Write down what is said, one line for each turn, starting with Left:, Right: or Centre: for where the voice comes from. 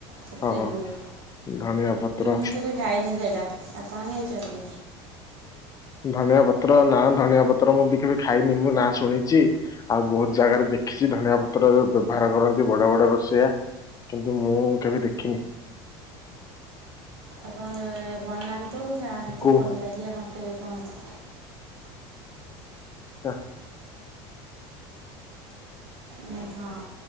Right: ସେଥିରେ
Left: ହଁ
Right: ବି ହୁଏ
Left: ଧଣିଆ ପତ୍ର
Right: ମୁଁ କେବେ ଖାଇନି ସେଇଟା ଆପଣ ଖାଇଚନ୍ତି?
Left: ଧଣିଆ ପତ୍ର ନା ଧନିଆ ପତ୍ର ମୁଁ ବିି କେବେ ଖାଇନି ମୁଁ ନାଁ ଶୁଣିଚି। ଆଉ ବହୁତ ଜାଗାରେ ଦେଖିସି ଧଣିଆ ପତ୍ରର ବ୍ୟବହାର କରନ୍ତି ବଡ ବଡ ରୋଷେଇଆ। କିନ୍ତୁ ମୁଁ କେବେ ଦେଖିନି।
Right: ଆପଣ ଯେବେ ବନାନ୍ତୁ ଖାଆନ୍ତୁ
Left: କୋ
Right: ଭଲ ଲାଗିଲେ ମତେ ବି କହନ୍ତୁ।
Left: ଟା
Right: ଉଁ, ହଁ